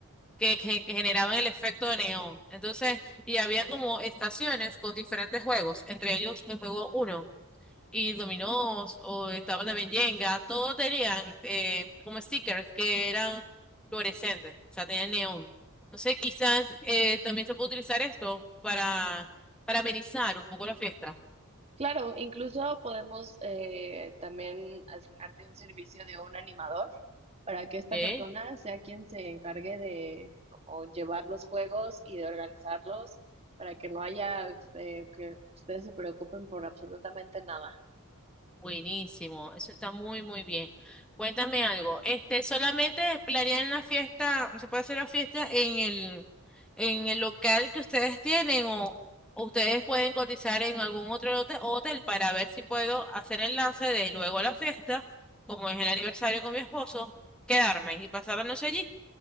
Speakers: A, in the centre; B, on the right.
A: que, que- que generaban el efecto de neón. Entonces, y había como estaciones con diferentes juegos, entre ellos el juego uno y dominós, o estaba también Jenga, todos tenían eh, como stickers que eran fluorescentes, o sea, tenían neón. Entonces, quizás eh, también se puede utilizar esto para, para amenizar un poco la fiesta.
B: Claro, incluso podemos eh, también asignarte un servicio de un animador para que esta
A: ¿ok?
B: persona sea quien se encargue de como, llevar los juegos y de organizarlos para que no haya eh, que ustedes se preocupen por absolutamente nada.
A: Buenísimo, eso está muy, muy bien. Cuéntame algo. Este, solamente planean la fiesta, ¿se puede hacer la fiesta en el, en el local que ustedes tienen o o ustedes pueden cotizar en algún otro hote- hotel para ver si puedo hacer el lance de luego la fiesta, como es el aniversario con mi esposo, quedarme y pasar la noche allí?